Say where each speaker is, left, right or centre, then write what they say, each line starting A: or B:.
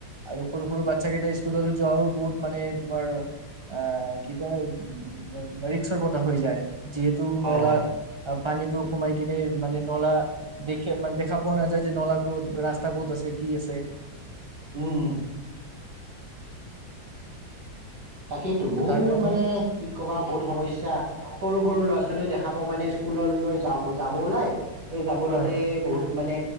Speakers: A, on the right; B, on the right.
A: আৰু সৰু সৰু বাচ্ছা কেইটা স্কুললৈ যোৱাও বহুত মানে তোমাৰ আহ কি কয় উ ৰিক্সৰ কথা হৈ যায়। যিহেটো
B: হয়
A: নলাত
B: হয়
A: আপ পানী বোৰ সোমাই কিনে মানে নলা দেখে, মানে দেখা পোৱাও নাযায় যে নলাত ক'ত, ৰাস্তা ক'ত আছে, কি আছে।
B: উম, উম। তাকেইতো,
A: ত
B: বহুত
A: তাৰ কাৰণে
B: মানে কি কবা বহুত সমস্যা। সৰু-সৰু ল'ৰা ছোৱালীয়ে দেখা পা মানে স্কুললৈ যাব যাব ওলাই এই যাবলতেই
A: হয়
B: বহুত মানে